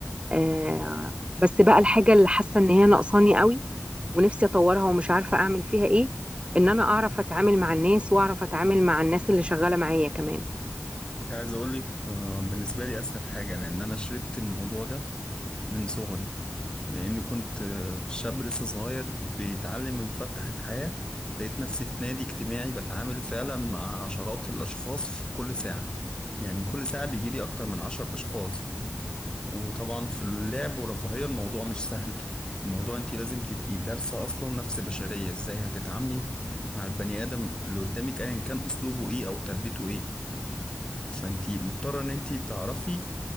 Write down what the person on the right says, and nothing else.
آه، بس بقى الحاجة اللي حاسة ان هي ناقصاني قوي ونفسي اطورها ومش عارفة اعمل فيها ايه ان انا اعرف اتعامل مع الناس واعرف اتعامل مع الناس اللي شغالة معايا كمان